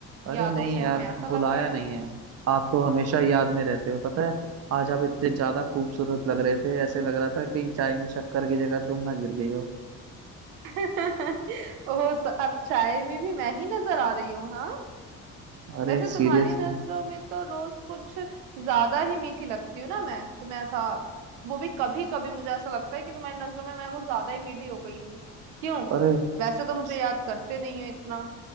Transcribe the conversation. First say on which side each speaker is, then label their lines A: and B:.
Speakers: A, on the right; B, on the right.
A: अरे
B: यादों
A: नहीं
B: से
A: यार
B: हमें ऐसा
A: बुलाया
B: लग रहा है
A: नहीं है आप तो हमेशा याद में रहते हो पता है आज आप इतने ज्यादा खूबसूरत लग रहे थे ऐसे लग रहा था कहीं चाय में शक्कर की जगह तुम ना गिर गई हो
B: <laughs> ओ तो अब चाय में भी मैं ही नजर आ रही हूँ हाँ
A: अरे
B: वैसे
A: सीरियसली
B: तुम्हारी नजरों में तो रोज कुछ ज्यादा ही मीठी लगती हूँ ना मैं तुम्हें ऐसा वो भी कभी कभी मुझे ऐसा लगता है कि तुम्हारी नजरों में मैं कुछ ज्यादा ही मीठी हो गई हूँ क्यों
A: अरे
B: वैसे तो मुझे
A: स-
B: याद करते नहीं हो इतना